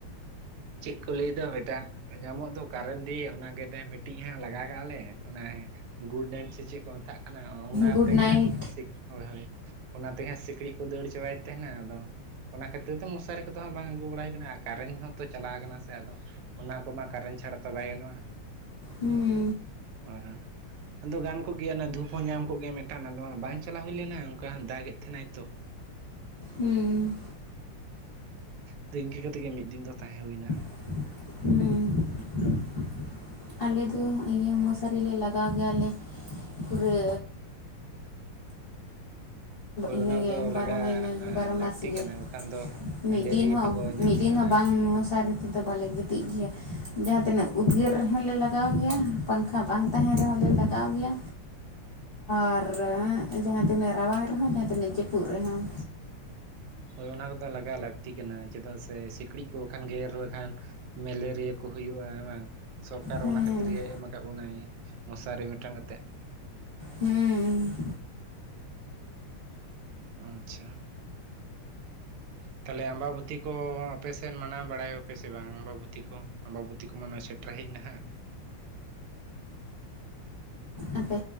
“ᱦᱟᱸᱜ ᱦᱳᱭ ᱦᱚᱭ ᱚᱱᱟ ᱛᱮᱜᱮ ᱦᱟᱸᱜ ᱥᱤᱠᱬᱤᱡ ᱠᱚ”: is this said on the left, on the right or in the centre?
Right